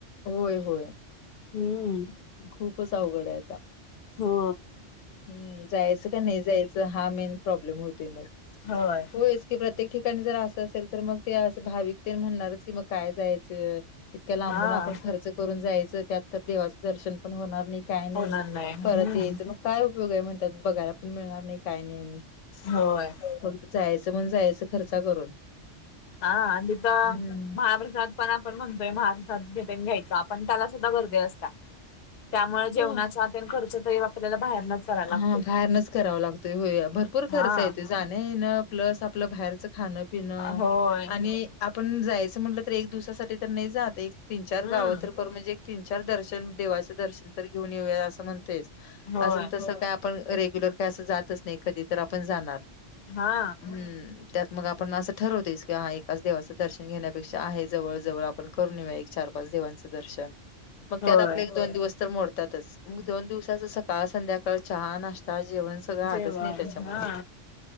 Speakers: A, on the left; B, on the left.
A: होय होय.
B: हम्म
A: खूपच अवघड आहे आता.
B: हो
A: ह जायच का नाही जायच. हा मेन प्रॉब्लेम होतोय मग.
B: होय
A: होच की प्रत्येक ठिकाणी जर अस असेल तर मग ते अस भाविक तेन म्हणणारच की मग काय जायच. इतक्या लांबून
B: हा
A: आपण खर्च करून जायच. त्यात तर देवाच दर्शन पण होणार नाही. काय नाही
B: होणार हम्म
A: परत यायचं मग काय उपयोग आहे. म्हणतात बघायला पण मिळणार नाही काय नाही आणि.
B: होय.
A: फत जायचं म्हणून जायच खर्च करून.
B: हा आणि तो
A: हम्म
B: महाप्रसाद पण आपण म्हणतोय महाप्रसाद घेटन घ्यायचा. हा पण त्याला सुद्धा गर्दीे असता. त्यामुळे
A: हां.
B: जेवणाचा तेन खर्च तरी आपल्याला बाहेरनच करायला लागतोय
A: हा बाहेरनच करावा लागतोय. होय भरपूर
B: हा.
A: खर्च येतो. जाण येन प्लस आपल बाहेरच खाण पिण.
B: होय
A: आणि आपण जायच म्हटल तर एक दिवसासाठी तर नाही जात आहे. तीन चार
B: हम्म
A: गाव तर करू म्हणजे एक तीन चार दर्शन देवाच दर्शन तर घेऊन येऊया अस म्हणतयच.
B: होय
A: असन तस काय आपण रेग्युलर काय अस जातच नाही कधी. तर आपण जाणार.
B: हा
A: हम्म त्यात मग आपण अस ठरवतेस की, हा एकाच देवाचं दर्शन घेण्यापेक्षा आहे जवळ जवळ आपण करून येऊया एक चार पाच देवांच दर्शन. मग
B: होय.
A: त्यात आपले एक दोन दिवस तर मोडतातच. मग दोन दिवसाच सकाळ संध्याकाळ चहा नाश्ता जेवण सगळ
B: जेवण
A: आलच नाही त्याच्यामध्ये.
B: हा